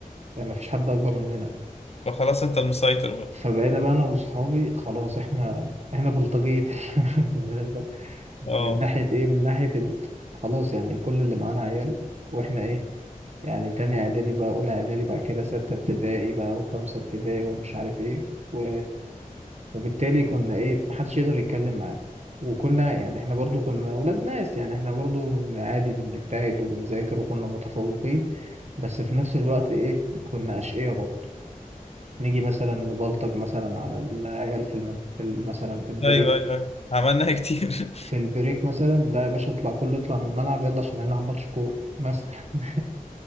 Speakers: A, on the right; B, on the left.
A: يعني مفيش حد اكبر مننا
B: فخلاص انت المسيطر بقى
A: فبقينا بقى انا واصحابي خلاص احنا احنا بلطجية <laughs> المدرسه
B: اه
A: من ناحيه ايه من ناحيه ال... خلاص يعني كل اللي معانا عيال واحنا ايه يعني تاني اعدادي بقى اولى اعدادي بعد كده ستة ابتدائي بقى وخمسة ابتدائي ومش عارف ايه و... وبالتالي كنا ايه محدش يقدر يتكلم معانا وكنا يعني احنا برضو كنا ولاد ناس يعني احنا برضو من عادي بنجتهد وبنذاكر وكنا متفوقين بس في نفس الوقت ايه كنا أشقية برضو نيجي مثلا نبلطج مثلا على العيال في المد... في ال- مثلا في البريك
B: ايوه ايوه ايوه عملناها كتير
A: في البريك مثلا لا يا باشا اطلع كله يطلع من الملعب يلا عشان هنلعب ماتش كورة مثلا <laughs>